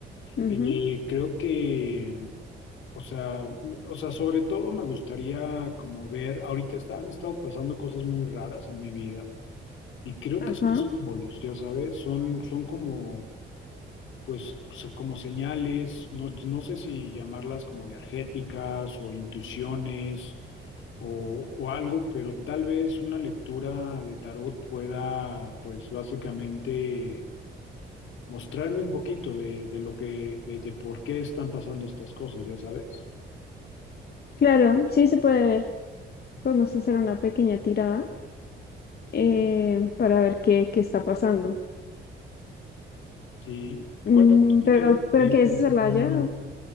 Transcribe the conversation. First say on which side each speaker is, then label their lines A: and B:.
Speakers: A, on the left (about 55°); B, on the left (about 75°).
A: Ujú,
B: Eh, creo que, o sea, me- o sea, sobre todo me gustaría como ver, ahorita está- han estado pasando cosas muy raras en mi vida y creo
A: ajá,
B: que son símbolos, ya sabes, son, son como, pues, son como señales, no, no sé si llamarlas como energéticas o intuiciones o, o algo, pero tal vez una lectura de tarot pueda, pues, básicamente mostrarme un poquito de, de lo que, de, de por qué están pasando estas cosas, ya sabes.
A: claro, sí se puede ver. Podemos hacer una pequeña tirada eh, para ver qué, qué está pasando.
B: Sí.
A: Mm,
B: ¿Cuál fue tu última
A: pero,
B: experiencia
A: pero ¿quieres
B: así
A: hacerla
B: con
A: ya?
B: una,